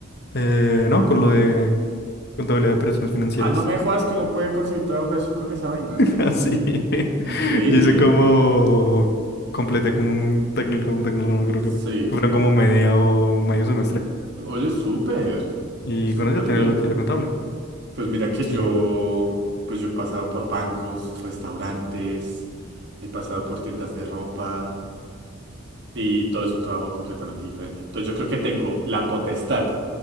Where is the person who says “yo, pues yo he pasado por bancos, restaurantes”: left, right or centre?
Right